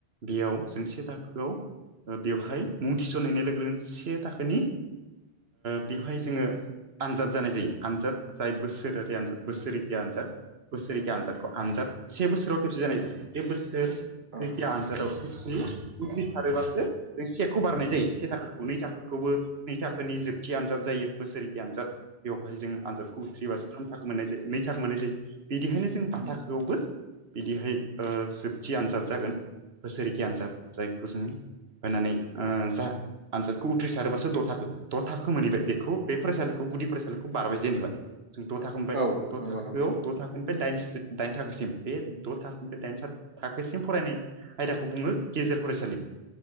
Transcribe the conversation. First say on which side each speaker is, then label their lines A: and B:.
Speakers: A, on the right (about 70°); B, on the right (about 50°).
A: बेयाव जों से थाखोआव बेवहाय मुं थिसनहैनाय लोगो लोगो से थाखोनि बेवहाय जोङो आनजाद जानाय जायो आनजाद जाय बोसोरारि आनजाद बोसोरै जि आनजाद बोसोरखिया आनजादखौ आनजाद से बोसोराव खेबसे जानाय जायो बे बोसोर
B: औ
A: बोसोरखिया आनजादाव खेबसे उद्रिसारोबासो एसे थाखोखौ बारनाय जायो से थाखोखौ नै थाखोखौबो नै थाखोनि जोबथि आनजाद जायो बोसोरखिया आनजाद बेवहाय जों आनजादखौ उथ्रिबासो थाम थाखो मोननाय जायो नै थाखो मोननाय जायो बिदिहायनो जों बा
B: उम
A: थाखौआवबो बिदिहाय जोबथि आनजाद जागोन बोसोरखिया आनजाद जायखौ जोङो होनानै ओ दा आनजादखौ उथ्रिसारोबासो द' थाखो द' थाखो मोनहैबाय बेखौ बे फरायसालिखौ गुदि फरायसालिखौ बारबाय जेनेबा जों द' थाखो मोनबाय
B: औ
A: द'
B: नंगौ
A: थाखोआव
B: नंगौ
A: द' थाखोनिफ्राय दाइन दाइन थाखोसिम बे द' थाखोनिफ्राय दाइन थाखोसिम फरायनाय आयदाखौ बुङो गेजेर फरायसालि